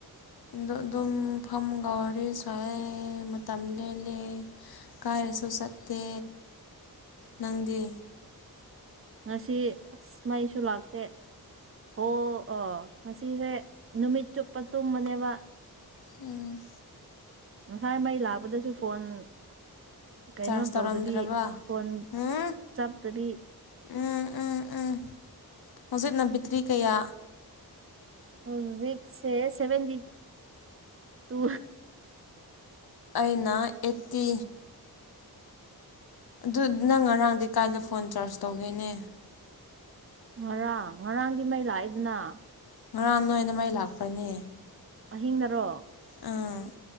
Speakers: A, on the left; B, on the right.
A: ꯑꯗꯣ ꯑꯗꯨꯝ ꯐꯝꯃꯒ ꯋꯥꯔꯤ ꯁꯥꯏꯌꯦ ꯃꯇꯝ ꯂꯦꯜꯂꯦ ꯀꯥꯏꯔꯁꯨ ꯆꯠꯇꯦ ꯅꯪꯗꯤ
B: ꯉꯁꯤ ꯑꯁ ꯃꯩꯁꯨ ꯂꯥꯛꯇꯦ ꯍꯣ ꯑ ꯉꯁꯤꯁꯦ ꯅꯨꯃꯤꯠ ꯆꯨꯞꯄ ꯇꯨꯝꯕꯅꯦꯕ
A: ꯎꯝ
B: ꯉꯁꯥꯏ ꯃꯩ ꯂꯥꯛꯄꯗꯁꯨ ꯐꯣꯟ ꯀꯩꯅꯣ
A: ꯆꯥꯔꯖ ꯇꯧꯔꯝꯗ꯭ꯔꯕ
B: ꯇꯧꯗꯕꯤ ꯐꯣꯟ
A: ꯎꯝ
B: ꯆꯞꯇꯕꯤ
A: ꯎꯝ ꯎꯝ ꯎꯝ ꯍꯧꯖꯤꯛꯅ ꯕꯤꯇ꯭ꯔꯤ ꯀꯌꯥ
B: ꯍꯧꯖꯤꯛꯁꯦ ꯁꯚꯦꯟꯗꯤ ꯇꯨ
A: ꯑꯩꯅ ꯑꯦꯠꯇꯤ ꯑꯗꯨꯠ ꯅꯪ ꯉꯔꯥꯡꯗꯤ ꯀꯥꯏꯗ ꯐꯣꯟ ꯆꯥꯔꯖ ꯇꯧꯒꯦꯅꯦ
B: ꯉꯔꯥꯡ ꯉꯔꯥꯡꯗꯤ ꯃꯩ ꯂꯥꯛꯑꯦꯗꯅ
A: ꯉꯔꯥꯡ ꯅꯣꯏꯅ ꯃꯩ ꯂꯥꯛꯄꯔꯅꯦ
B: ꯑꯍꯤꯡꯗꯔꯣ
A: ꯑꯪ